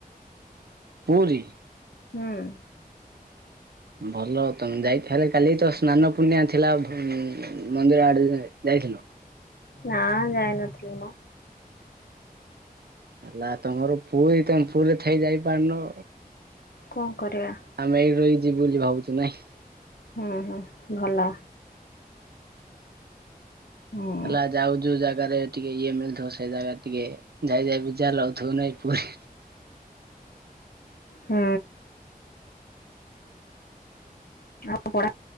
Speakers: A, on the right; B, on the left.
A: ପୁରୀ!
B: ହୁଁ।
A: ଭଲ ତମେ ଯାଇ ହେଲେ କାଲି ତ ସ୍ନାନ ପୁର୍ଣ୍ଣିଆ ଥିଲା ମନ୍ଦିର ଆଡେ ଯାଇଥିଲ?
B: ନାଁ ଜାଇନଥିଲମୋ।
A: ହେଲା ତମର ପୁରୀ ତମେ ପୁରୀରେ ଥାଇ ଯାଇ ପାରୁନ।
B: କଣ କରିବା।
A: ଆମେ ଏଇଠି ରହିକି ଯିବୁ ବୋଲି ଭାବୁଛୁ ନାଇଁ।
B: ହୁଁ ହୁଁ ଭଲ ହୁଁ।
A: ହେଲା ଯାଉ ଯୋଉ ଜାଗାରେ ଟିକେ ଇଏ ମିଳିଥିବ ସେ ଜାଗାରେ ଟିକେ ଯାଇ ଯାଇ ବି ଯା ଲଉଥିବ ନାଇଁ ପୁରୀ
B: ହୁଁ। ଆଉ <unintelligible>